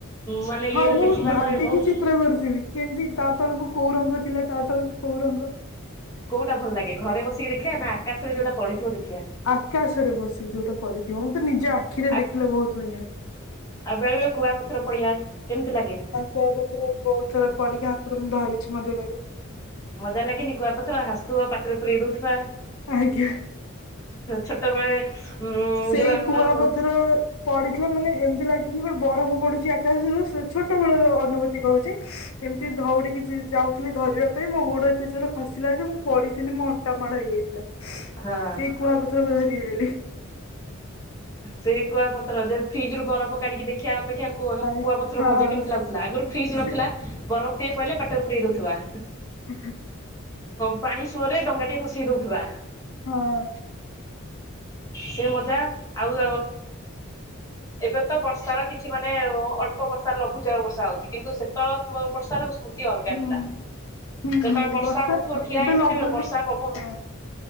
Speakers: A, on the left (about 15°); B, on the left (about 90°).
A: ମାନେ
B: ହଁ
A: ଇଏରେ
B: ମୁଁ
A: ଦେଖିବା
B: ଭାବିକି
A: ଗୋଟେ ବହୁତ
B: ଚିତ୍ର କରିଥିବି। ଯେମିତି ତା ତଳକୁ କୋଉ ରଙ୍ଗ ଥିଲା ତା ତଳକୁ କୋଉ ରଙ୍ଗ।
A: କୋଉଟା ଭଲ ଲାଗେ ଘରେ ବସିକି ଦେଖିବା ନା ଆକାଶରେ ଯୋଉଟା ପଡ଼ିଥିବ ଦେଖିବା।
B: ଆକାଶରେ ବସି ଯୋଉଟା ପଡ଼ିଥିବ ମୁଁ ତ ନିଜେ ଆଖିରେ
A: ଆଉ
B: ଦେଖିଲେ ବହୁତ୍ ବଢ଼ିଆ
A: ଆଉ ବେଳେ ବେଳେ କୁଆପଥର ପଡ଼ିଆ କେମିତି ଲାଗେ?
B: କୁଆପଥାର ବହୁତ ଥର ପଡିକି ହାତରେ ମୁଁ ଧରିଛି ମଧ୍ୟ ତାକୁ।
A: ମଜା ଲାଗେନି କୁଆପଥର ହାସଥୁବ ପାଟିରେ ପୁରେଇ ଦଉଥିବା।
B: ଆଜ୍ଞା।
A: ଛୋଟବେଳେ। ଉଁ
B: ସେଇ
A: ଯୋଉ ଆମର
B: କୁଆପଥର।
A: ହୁଁ
B: ପଡିଥିଲା ମାନେ ଏମିତି ଲାଗେ କିି ଗୋଟେ ବରଫ ପଡୁଛି ଆକାଶରୁ ଛୋଟ ବେଳର ଅନୁଭୂତି କହୁଛି। ଏମତି। ଧଉଡିକି ଯାଉଥିଲି ଧରିବା ପାଇଁ ମୋ ଗୋଡ ଏତେ ଜୋର ଖସିଥିଲି ଯେ ମୁଁ ପଡିଥିଲି ମୋ ଅଣ୍ଟା ମାଡ଼ ହେଇଯାଇଥିଲା।
A: ହଁ
B: ସେଇ କୁଆ ପଥରକୁ ଧରିବି ବୋଲି।
A: ସେଇ କୁଆପଥର ଯେ ଫ୍ରିଜରୁ ବରଫ କାଢିକି ଦେଖିବା ଅପେକ୍ଷା କୁଆ
B: ଆରେ
A: କୁଆପଥରରୁ
B: ହଁ
A: ମଜା କେମିତି ଲାଗୁଥିଲା ଆଗରୁ ଫ୍ରିଜ୍
B: ସେ
A: ନଥିଲା ବରଫଟିଏ ପଡ଼ିଲେ ପାଟରେ ପୁରେଇ ଦେଉଥିବା।
B: ହୁ।
A: ପାଣି ସୁଅରେ ଡଙ୍ଗାଟି ଭସେଇ ଦେଉଥିବା।
B: ହଁ।
A: ସେ ମଜା ଆଉ ଏବେ ତ ବର୍ଷାର କିଛି ମାନେ ଅଳ୍ପ ବର୍ଷା ଲଘୁଚାପ ବର୍ଷା ହଉଛି କିନ୍ତୁ ସେତେବେଳେ ସମୟର ବର୍ଷା ଅତି ଅଲଗା
B: ହୁଁ
A: ଥିଲା ଯେତେବେଳେ
B: ହୁଁ ହୁଁ
A: ବର୍ଷା ହଉଥିବ ଠିଆ
B: ଏବେ
A: ହେଇଛ
B: ଲଘୁନି
A: କେବେ ବର୍ଷା ପବନ।
B: ହଁ